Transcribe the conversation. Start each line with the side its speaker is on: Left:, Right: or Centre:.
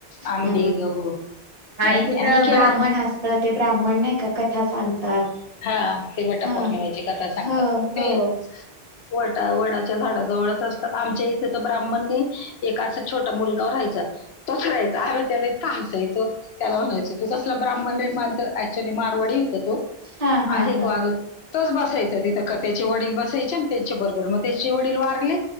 Left: आंबे
Right: अ
Left: गहू नाही
Right: आणि तिथं
Left: मी केलं
Right: ब्राह्मण असतं ते ब्राह्मण नाय का कथा सांगतात
Left: हा ते वटपौर्णिमेची
Right: हा
Left: कथा सांगतात.
Right: हो
Left: ते
Right: हो
Left: वटा वडाच्या झाडाजवळच असतात आमच्या इथे तर ब्राह्मणनी एक असा छोटा मुलगा व राहायचा. तोच राहायचा आम्ही त्याला इतकं हसायचो, त्याला म्हणायचो तू कसला ब्राह्मण रे मानत ऍक्च्युली मा वडी होता तो,
Right: हा हा
Left: आहे
Right: हा
Left: तो अजून. तोच बसायचं तिथं कथेचे वडील बसायचे अन त्यांच्या बरोबर मग त्यांचे वडील वारले